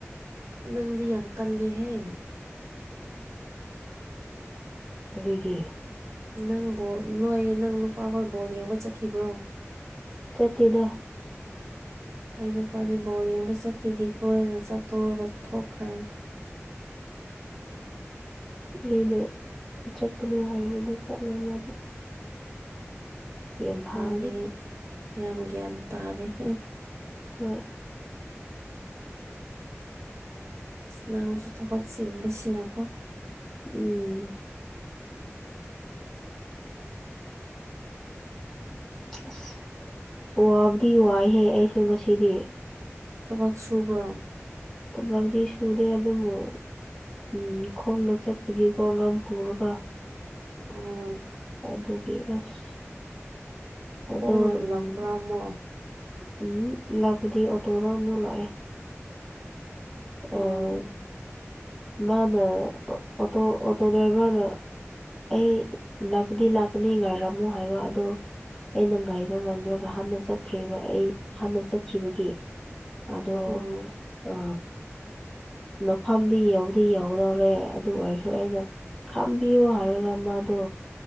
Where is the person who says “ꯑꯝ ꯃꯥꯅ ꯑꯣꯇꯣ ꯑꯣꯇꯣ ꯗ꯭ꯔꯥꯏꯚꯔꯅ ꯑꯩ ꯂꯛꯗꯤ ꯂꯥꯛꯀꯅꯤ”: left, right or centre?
Centre